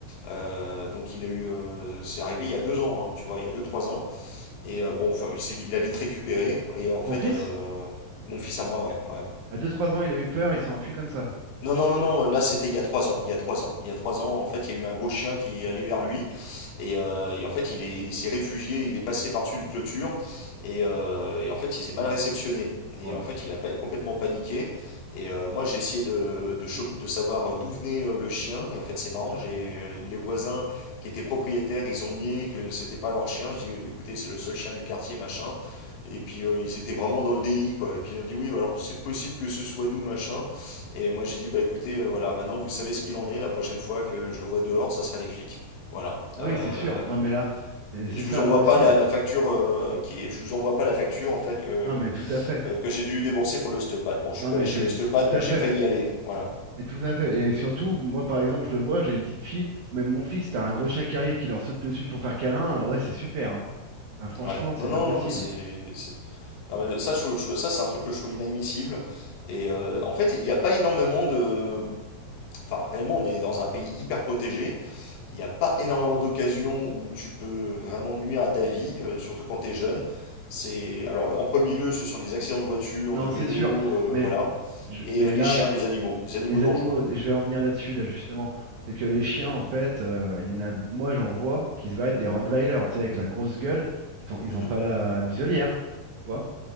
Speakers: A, on the left (about 75°); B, on the right (about 80°).
A: Euh, donc il a eu, euh, c'est arrivé il y a deux ans, hein, tu vois, il y a deux trois ans. Et euh, bon, enfin, il, s'est- il a vite récupéré et en
B: Ton
A: fait
B: fils,
A: euh, mon fils à moi, ouais, ouais.
B: à deux trois ans, il a eu peur, il s'est enfui comme ça.
A: Non, non, non, non, là c'était il y a trois ans, il y a trois ans, il y a trois ans, en fait, il y a eu un gros chien qui est allé vers lui, Et, euh, et en fait, il est- il s'est réfugié, il est passé par-dessus une clôture. Et, euh, et en fait, il s'est mal réceptionné. Et
B: Oh
A: en
B: là
A: fait,
B: là.
A: il a pas- complètement paniqué. Et euh, moi, j'ai essayé de, de, cho- de savoir d'où venait euh, le chien. Et en fait, c'est marrant, j'ai les voisins qui étaient propriétaires, ils ont nié que c'était pas leur chien. Je dis, écoutez, c'est le seul chien du quartier, machin. Et puis euh, ils étaient vraiment dans le déni, quoi. Et puis ils ont dit, oui, bah, alors c'est possible que ce soit nous, machin. Et moi j'ai dit, bah écoutez, euh, voilà, maintenant vous savez ce qu'il en est. La prochaine fois que je le vois dehors, ça sera les flics. Voilà.
B: Ah
A: Euh,
B: oui, c'est sûr. Non, mais là, c'est c'est
A: et je
B: ça,
A: vous envoie
B: moi aussi.
A: pas la, la facture euh, qui est- je vous envoie pas la facture en fait que,
B: Non, mais tout à fait.
A: euh, que j'ai dû débourser pour l'ostéopathe. Bon, je suis
B: Non,
A: pas
B: mais
A: allé chez
B: c'est
A: l'ostéopathe,
B: c'est tout à
A: mais j'ai
B: fait.
A: failli y aller. Voilà.
B: Et tout à fait. Et surtout, moi, par exemple, je le vois, j'ai une petite fille, ou même mon fils, t'as un gros chien qui arrive, qui leur saute dessus pour faire câlin. euh, Ouais, c'est super, hein. Enfin, franchement,
A: Ouais.
B: c'est
A: Non,
B: pas
A: non,
B: possible.
A: non, c'est, c'est- non, mais ça, je, je- ça c'est un truc que je trouve inadmissible. Et euh, en fait, il n'y a pas énormément de, enfin, réellement, on est dans un pays hyper protégé. Il n'y a pas énormément d'occasions où tu peux vraiment nuire à ta vie, euh, surtout quand tu es jeune. C'est, alors, en premier lieu, ce sont les accidents de voiture,
B: Non,
A: de vélo,
B: c'est sûr.
A: euh,
B: Mais,
A: voilà.
B: je-
A: Et
B: mais
A: euh, les
B: là,
A: chiens, les animaux, les animaux
B: Les
A: dangereux.
B: animaux, je vais en venir là-dessus, là, justement. C'est que les chiens, en fait, euh, il y en a, moi, j'en vois qui se battent des Rottweiler, tu sais, avec la grosse gueule. Ils sont, ils
A: Mhm.
B: ont pas la muselière, tu vois.